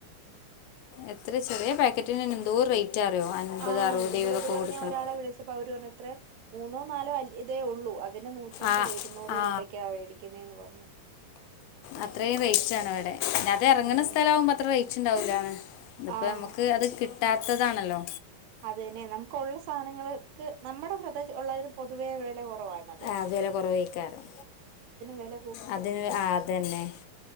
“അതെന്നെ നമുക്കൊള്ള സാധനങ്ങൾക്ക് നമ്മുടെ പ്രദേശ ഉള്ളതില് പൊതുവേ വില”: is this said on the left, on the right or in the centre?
Right